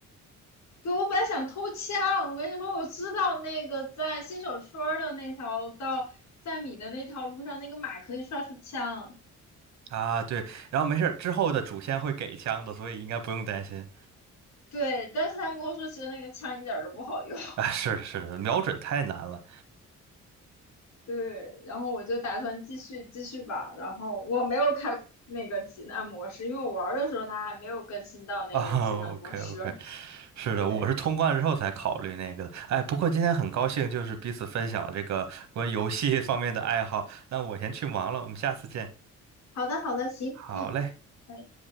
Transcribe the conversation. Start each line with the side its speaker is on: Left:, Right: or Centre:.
Left: 对，我本来想偷枪，我跟你说，我知道那个在新手村儿的那条到三米的那条路上，那个马可以刷出枪。
Right: 啊。对，然后没事儿，之后的主线会给枪的，所以应该不用担心
Left: 对，但是他们跟我说，其实那个枪一点儿都不好用。
Right: 啊。是的，是的，瞄准太难了
Left: <laughs> 对，然后我就打算继续继续吧。然后我没有开那个极难模式，因为我玩儿的时候它还没有更新到那个极难模式。
Right: 啊。<laughs> OK OK。是的，
Left: 对，
Right: 我是通关之后才考虑那个的。哎，不过今天很高兴，就是彼此分享了这个关于游戏方面的爱好。那我先去忙了，我们下次见。
Left: 好的好的，行，
Right: 好嘞。
Left: 嗯。拜